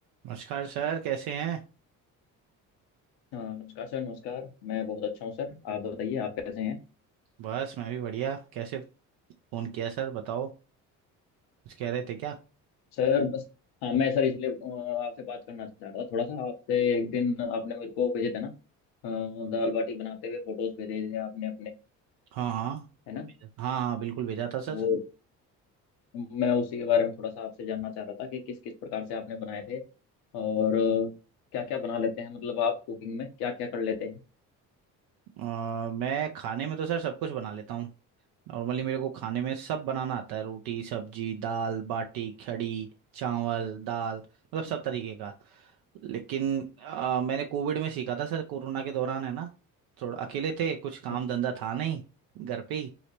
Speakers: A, on the right (about 60°); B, on the left (about 70°).
A: नमस्कार सर कैसे हैं
B: हाँ नमस्कार सर नमस्कार मैं बहुत अच्छा हूँ सर आप बताइए आप कैसे हैं
A: बस मैं भी बढ़िया कैसे फ़ोन किया सर बताओ कुछ कह रहे थे क्या
B: सर बस हाँ मैं सर इसलिए अ, आपसे बात करना चाह रहा था थोड़ा सा आपसे एक दिन आपने मेरे को भेजे थे ना अ, दाल बाटी बनाते हुए फोटोज भेजे थे आपने अपने
A: हाँ हाँ
B: है ना
A: भेजा। हाँ हाँ बिल्कुल भेजा था सर
B: वो मैं उसी के बारे में थोड़ा सा आपसे जानना चाह रहा था कि किस किस प्रकार से आपने बनाए थे और क्या क्या बना लेते हैं मतलब आप कुकिंग में क्या क्या कर लेते हैं
A: अ, मैं खाने में तो सर सब कुछ बना लेता हूँ नॉर्मली मेरे को खाने में सब बनाना आता है रोटी सब्जी दाल बाटी खड़ी चावल दाल मतलब
B: अच्छा
A: सब तरीके का लेकिन अ, मैंने कोविड में सीखा था सर कोरोना के दौरान है ना थोड़ा अकेले थे कुछ काम
B: अच्छा
A: धंधा था नहीं घर पे ही